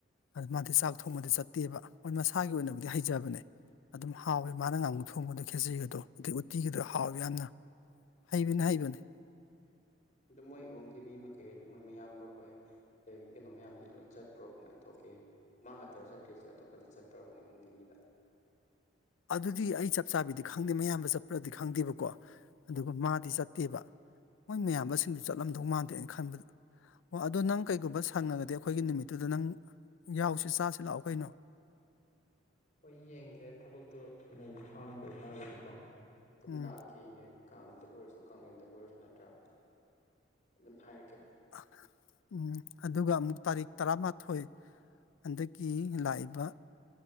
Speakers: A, on the left; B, on the left.
A: ꯑꯗꯨ ꯃꯥꯗꯤ ꯆꯥꯛ ꯊꯣꯡꯕꯗꯤ ꯆꯠꯇꯦꯕ ꯃꯣꯏ ꯃꯁꯥꯒꯤ ꯑꯣꯏꯅꯕꯨꯗꯤ ꯍꯩꯖꯕꯅꯦ ꯑꯗꯨꯝ ꯍꯥꯎꯋꯦ ꯃꯥꯅ ꯉꯥꯝꯃꯨꯛ ꯊꯣꯡꯕꯗꯣ ꯈꯦꯆ꯭ꯔꯤꯒꯗꯣ ꯑꯗꯩ ꯎꯠꯇꯤꯒꯤꯗꯣ ꯍꯥꯎꯋ ꯌꯥꯝꯅ ꯍꯩꯕꯅ ꯍꯩꯕꯅꯦ
B: ꯑꯗꯨ ꯃꯣꯏ ꯏꯃꯨꯡꯒꯤ ꯃꯤ ꯃꯈꯩ ꯑꯗꯨ ꯃꯣꯏ ꯃꯌꯥꯝꯕ ꯍꯣꯏ ꯑꯗꯒꯤ ꯀꯩꯅꯣ ꯃꯌꯥꯝꯗꯨꯗꯤ ꯂꯣꯏ ꯆꯠꯄ꯭ꯔꯣ ꯀꯃꯥꯏꯟ ꯇꯧꯒꯦ ꯃꯥꯉꯥꯇꯔꯣ ꯆꯠꯇ꯭ꯔꯤꯁꯦ ꯑꯇꯣꯞꯄꯗꯤ ꯆꯠꯄ꯭ꯔꯕ ꯏꯃꯨꯡꯒꯤ ꯃꯤꯗ
A: ꯑꯗꯨꯗꯤ ꯑꯩ ꯆꯞ ꯆꯥꯕꯤꯗꯤ ꯈꯪꯗꯦ ꯃꯌꯥꯝꯕ ꯆꯠꯄ꯭ꯔꯗꯤ ꯈꯪꯗꯦꯕꯀꯣ ꯑꯗꯨꯒ ꯃꯥꯗꯤ ꯆꯠꯇꯦꯕ ꯃꯣꯏ ꯃꯌꯥꯝꯕꯁꯤꯡꯁꯨ ꯆꯠꯂꯝꯗꯧ ꯃꯥꯟꯗꯦ ꯑꯩꯅ ꯈꯟꯕꯗ ꯑꯣ ꯑꯗꯣ ꯅꯪ ꯀꯩꯒꯨꯝꯕ ꯁꯪꯉꯒꯗꯤ ꯑꯈꯣꯏꯒꯤ ꯅꯨꯃꯤꯠꯇꯨꯗ ꯅꯪ ꯌꯥꯎꯁꯤ ꯆꯥꯁꯤ ꯂꯥꯛꯑꯣ ꯀꯩꯅꯣ
B: ꯍꯣꯏ ꯌꯦꯡꯒꯦ ꯊꯕꯛꯇꯣ ꯂꯩꯕ ꯍꯥꯡꯕ ꯑꯣꯏꯇꯥꯔꯒꯗꯤꯀꯣ ꯑꯗꯨꯝ
A: ꯎꯝ
B: ꯂꯥꯛꯀꯦ ꯌꯦꯡꯉꯦ ꯀꯥꯡꯗꯕꯨ ꯑꯣꯏꯔꯁꯨ ꯀꯥꯡꯂꯦꯟꯗꯕꯨ ꯑꯣꯏꯔꯁꯨ ꯅꯠꯇ꯭ꯔꯥ ꯑꯗꯨꯝ <inaudible>
A: <inaudible> ꯎꯝ ꯑꯗꯨꯒ ꯑꯃꯨꯛ ꯇꯥꯔꯤꯛ ꯇꯔꯥꯃꯥꯊꯣꯏ ꯍꯟꯗꯛꯀꯤ ꯂꯥꯛꯏꯕ